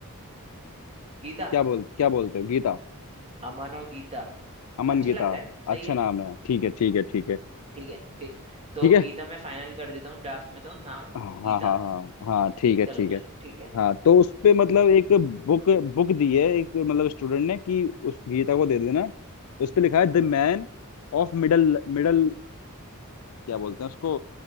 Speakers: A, on the right; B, on the left.
A: गीता
B: क्या बोल क्या बोलते हो गीता
A: अमन और गीता
B: अमन
A: अच्छा
B: गीता
A: लग रहा है सही
B: अच्छा
A: है
B: नाम है ठीक है ठीक है ठीक है
A: ठीक है फिक्स तो
B: ठीक है
A: गीता मैं फाइनल कर देता हूँ ड्राफ्ट में तो नाम
B: हाँ
A: गीता
B: हाँ हाँ हाँ ठीक है
A: चलो
B: ठीक है
A: चलो ठीक है
B: हाँ तो उस पे मतलब एक बुक बुक दी है एक मतलब स्टूडेंट ने कि उस गीता को दे देना उस पे लिखा है the man of middle middle क्या बोलते हैं उसको